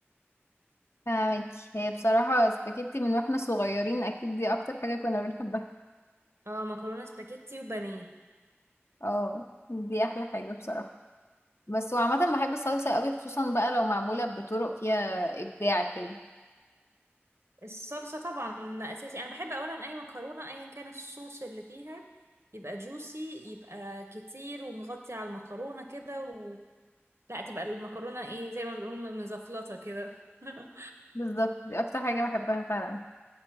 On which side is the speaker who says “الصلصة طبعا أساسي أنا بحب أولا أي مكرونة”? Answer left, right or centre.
Right